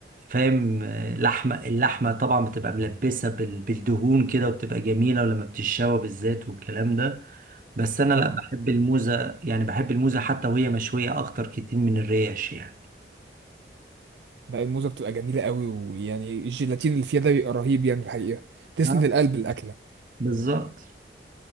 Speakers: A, on the right (about 50°); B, on the right (about 75°).
A: فاهم آه، لحمة اللحمة طبعا بتبقى ملبسة بال- بالدهون كده وبتبقى جميلة ولما بتتشوى بالذات والكلام ده بس انا
B: اه طبعا
A: لا بحب الموزة يعني بحب الموزة حتى وهي مشوية اكتر كتير من الريش يعني
B: لا الموزه بتبقى جميله قوي ويعني الجيلاتين اللي فيها ده بيبقى رهيب يعني الحقيقه تسند
A: آه،
B: القلب الاكله
A: بالظبط